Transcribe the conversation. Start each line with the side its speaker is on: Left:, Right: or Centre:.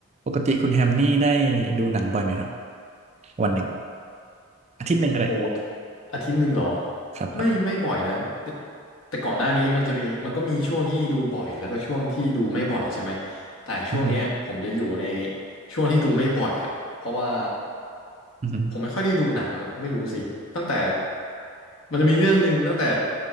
Right: ปกติคุณแฮมนี่ได้ดูหนังบ่อยไหมครับวันหนึ่งอาทิตย์หนึ่งก็ได้
Left: โอ้อาทิตย์หนึ่งเหรอ
Right: ครับครับ
Left: ไม่ไม่บ่อยนะแต่แต่ก่อนหน้านี้มันจะมีมันก็มีช่วงที่ดูบ่อยแล้วก็ช่วงที่ดูไม่บ่อยใช่ไหมแต่ช่วงเนี้ยผมจะอยู่ใน
Right: อือฮึ
Left: ช่วงที่ดูไม่บ่อยอ่ะเพราะว่า
Right: อือฮึ
Left: ผมไม่ค่อยได้ดูหนังไม่รู้สิตั้งแต่มันจะมีเรื่องหนึ่งตั้งแต่